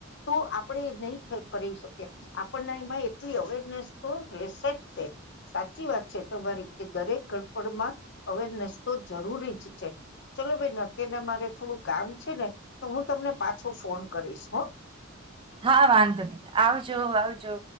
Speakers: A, on the left (about 60°); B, on the right (about 25°).
A: તો આપણેે એ નહી કરી શકીએ આપણને એમાં એટલી અવેરનેસ તો રહેશે જ તે સાચી વાત છે તમારી કે દરેક ગડપડમાં અવેરનેસ તો જરૂરી ચલો ભાઈ અત્યારના મારે થોડું કામ છે ને તો હું તમને પાછો ફોન કરીશ હ
B: હા વાંધો નહીં આવજો આવજો.